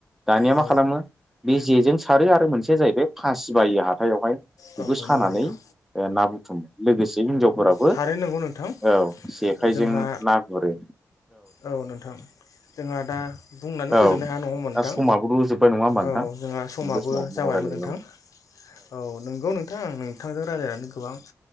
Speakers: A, in the centre; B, on the left.
A: दानिया
B: औ
A: मा खालामो बे जेजों सारो आरो मोनसेया जाहैबाय फासि बायो हाथायावहाय
B: औ
A: बेखौ सानानै
B: नंगौ नोंथां
A: ना बुथुमो लोगोसे हिनजावफोराबो
B: थारैनो नंगौ नोंथां
A: औ जेखाइजों
B: जोंहा
A: ना गुरो
B: औ नोंथां। जोंहा दा बुंनानै
A: औ
B: फोजोबनो हाया नङा होनबा
A: दा
B: नोंथां
A: समाबो जोब्बाय नङा होमबा नोंथां
B: औ। जोंहा समाबो
A: बे समाव गोबां
B: जाबायमोन
A: रायलायबाय
B: नोंथां। औ नोंगौ नोंथां आं नोंथांजों रायजायनानै गोबां